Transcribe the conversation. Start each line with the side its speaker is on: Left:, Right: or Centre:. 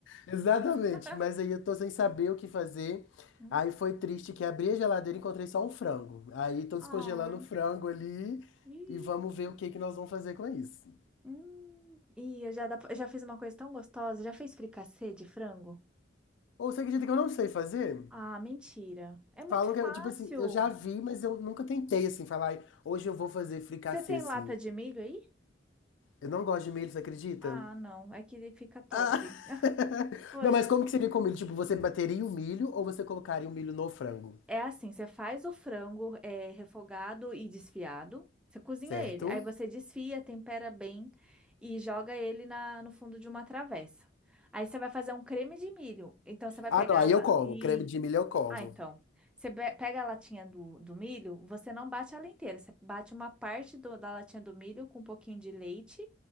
Left: Exatamente,
Centre: <laughs>
Left: mas aí eu tô sem saber o que fazer.
Centre: Hum,
Left: Aí foi triste que abri a geladeira e encontrei só um frango. Aí tô descongelando
Centre: Ai.
Left: o frango ali
Centre: Ih.
Left: e vamos ver o que que nós vamos fazer com isso.
Centre: hum. Ih, eu já, dá- eu já fiz uma coisa tão gostosa. Já fez fricassê de frango?
Left: Ou você acredita que eu não sei fazer?
Centre: Ah, mentira. É muito
Left: Falam que,
Centre: fácil.
Left: é- tipo assim, eu já vi, mas eu nunca tentei, assim, falar, "Ai, hoje eu vou fazer fricassê,
Centre: Você tem
Left: assim.
Centre: lata de milho aí?
Left: Eu não gosto de milho, você acredita?
Centre: Ah, não. É que ele fica top.
Left: Ah,
Centre: <laughs> Poxa,
Left: Não, mas como que seria com milho? Tipo, você bateria o milho ou você colocaria o milho no frango,
Centre: É assim, você faz o frango é, refogado e desfiado, você cozinha
Left: certo?
Centre: ele, aí você desfia, tempera bem e joga ele na, no fundo de uma travessa. Aí você vai fazer um creme de milho. Então você vai
Left: Ah,
Centre: pegar
Left: não, aí
Centre: lá.
Left: eu como.
Centre: Isso.
Left: Creme de milho eu como.
Centre: Ah, então. Você be- pega a latinha do, do milho, você não bate ela inteira, você bate uma parte do- da latinha do milho com um pouquinho de leite,